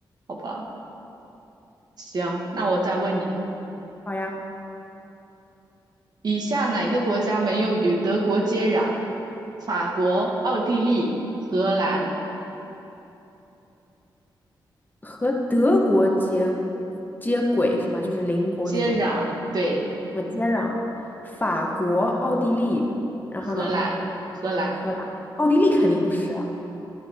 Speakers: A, on the right; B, on the left.
A: 好吧。行，那我再问你，
B: 好呀，
A: 以下哪个国家没有与德国接壤？法国、奥地利、荷兰
B: 和德国接接轨是吗？就是邻国那种吗？
A: 接壤，对，
B: 我接壤，法国、奥地利，然后呢，
A: 荷兰，荷兰，
B: 荷兰，奥地利肯定不是啊，
A: 嗯，